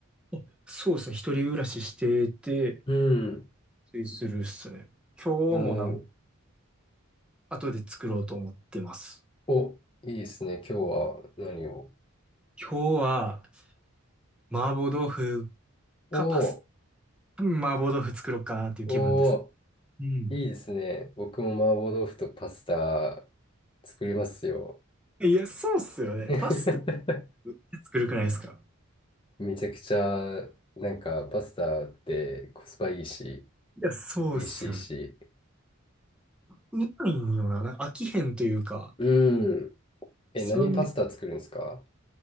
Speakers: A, in the centre; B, on the left.
A: あそうですね。一人暮らししてて、
B: うん。
A: ついするっすね。今日もなん、
B: おー
A: 後で作ろうと思ってます。
B: お、いいですね。今日は何を
A: 今日は、麻婆豆腐
B: お
A: かパス、麻婆豆腐作ろうかなっていう気分ですね。
B: お
A: うん。
B: ー、いいですね。僕も麻婆豆腐とパスタ作りますよ。
A: いや、そうっすよね。
B: <laughs>
A: パスタって作るくないですか
B: めちゃくちゃ、なんかパスタってコスパいいし、
A: いや、そうっすよね。
B: 美味しいし。
A: 見ないんよな。なんか飽きへんというか、
B: うん。え、
A: そんで、
B: 何パスタ作るんですか